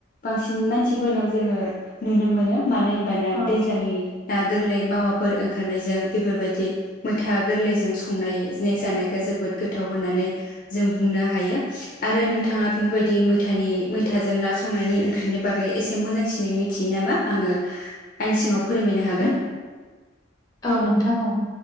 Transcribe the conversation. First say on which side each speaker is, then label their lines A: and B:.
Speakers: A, on the left; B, on the left.
A: बांसिन मानसिफोरनाव जोङो नुनो मोनो। मानो ना
B: औ
A: दैज्लांनि ना गोरलै मावाफोर ओंखारनायजों बेफोरबायदि मैथा गोरलैजों संनाय जानायखौ जोबोद गोथाव होननानै जों बुंनो हायो। आरो नोंथाङा बेफोरबायदि मै थानि मैथाजों ना संनायनि ओंख्रिनि बागै एसे मोजांसिनै मिथियो नामा आङो आंनि सिङाव फोरमायनो हागोन।
B: औ नोंथां औ